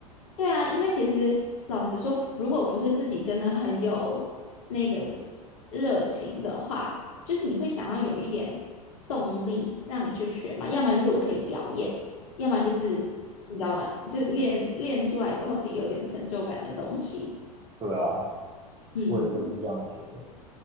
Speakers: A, on the left; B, on the right.
A: 对啊，因为其实老实说，如果不是自己真的很有那个热情的话，就是你会想要有一点动力让你去学嘛，要么就是我可以表演，要么就是你知道吗？就是练练出来之后自己有点成就感的东西。
B: <laughs> 对啊，
A: 嗯，
B: 我我也是这样觉得。